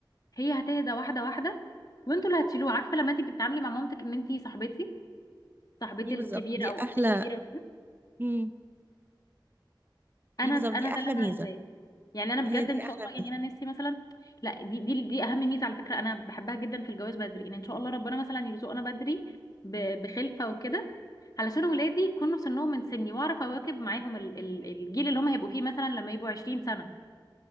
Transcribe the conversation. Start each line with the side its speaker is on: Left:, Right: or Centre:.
Left: هي هتهدى واحده واحده وانتوا اللي هتشيلوه عارفه لما انت بتتعاملي مع مامتك ان انت صاحبتي صاحبتي
Right: دي بالظبط
Left: الكبيره
Right: دي
Left: او اختي
Right: احلى
Left: الكبيره
Right: مم.
Left: انا
Right: دي بالظبط
Left: انا
Right: دي احلى
Left: ده اللي انا
Right: ميزه
Left: عايزاه يعني انا بجد
Right: هي دي
Left: ان شاء
Right: احلى
Left: الله يعني
Right: ميزه
Left: انا نفسي مثلا لا دي دي دي اهم ميزه على فكره انا بحبها جدا في الجواز بدري ان ان شاء الله ربنا مثلا يرزقنا بدري ب- بخلفه وكده علشان ولادي يكونوا سنهم من سني واعرف اواكب معاهم ال- ال- الجيل اللي هم هيبقوا فيه مثلا لما يبقوا 20 سنه